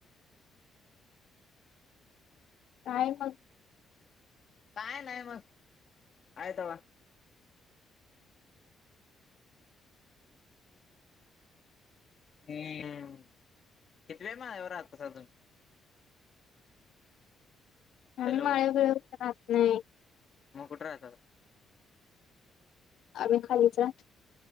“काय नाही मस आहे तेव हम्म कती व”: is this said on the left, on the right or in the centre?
Left